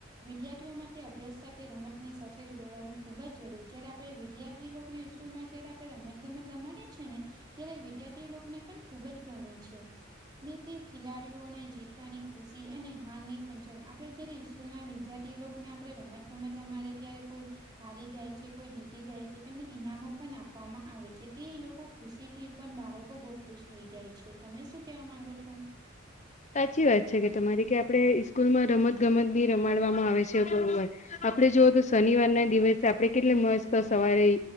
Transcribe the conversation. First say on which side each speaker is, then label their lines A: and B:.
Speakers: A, on the right; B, on the left.
A: વિદ્યાર્થીઓ માટે અભ્યાસ સાથે રમતની સચત રહેવાનું ખુબ જરૂરી જય્યારે આપણે વિદ્યાર લોકો ને સ્સ્કૂલ માં જયારે આપણે રમત ગમત રમાયી ને ત્યારે વિદ્યાર્થી લોકોને પણ ખુબ જ ગમે છે ને તે ખેલાડીઓને જીતવાની ખુશી અને હની પંચ આપણે જયારે સ્કૂલ ના વિદ્યાર્થી લોકોને આપણે રમત ગમત રમારે ત્યારે કોઈ હારી જાય છે કોઈ જીતી જાય છે તેમને ઈનામો પણ આપવામાં આવે છે તે લોકો ખુશી થી પણ બાળકો બહુ ખુશ થઈ જાય છે તમે શું કેવા માંગો છો
B: સાચી વાત છે કે તમારી કે આપણે સ્સ્કૂલમાં રમત ગમત બી રમાડવામાં આવે છે તો વાર આપડે જોવ તો શનિવાર ના દિવસે આપડે કેટલી મસ્ત સવારે